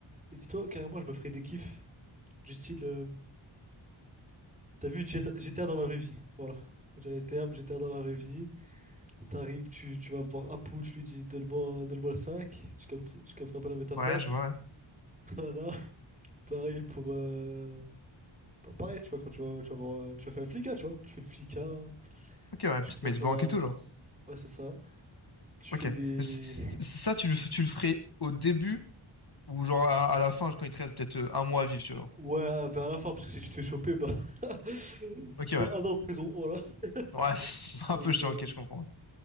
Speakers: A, on the right (about 15°); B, on the left (about 50°).
A: Et dis-toi, carrément, je me ferais des kiffs du style, euh, t'as vu GTA, GTA dans la vraie vie, voilà. On dirait les termes, GTA dans la vraie vie. T'arrives, tu, tu vas voir Apu, tu lui dis donne-moi donne-moi le 5, tu captes, tu captes un peu la métaphore.
B: Ouais, je vois. ouais.
A: <laughs> Voilà, pareil pour... Euh... pa- Pareil, tu vois, quand tu vas, tu vas voir, euh, tu vas faire le flicard, tu vois. Tu fais le flicard,
B: Ok, ouais,
A: tu
B: petite
A: commences
B: mess banque
A: à...
B: et tout, genre.
A: Ouais, c'est ça. Tu
B: Ok.
A: fais des...
B: Mais c- c- ça, tu le, f- tu le ferais au début Ou genre à, à la fin, quand il te reste peut-être euh, un mois à vivre, tu vois. genre.
A: Ouais, euh, vers la fin, parce que si tu te fais choper, bah... <laughs>
B: Ok,
A: bah,
B: ouais.
A: un an en prison, voilà. <laughs>
B: Ouais, <laughs> c'est un
A: Donc,
B: peu chiant,
A: euh,
B: ok, je comprends.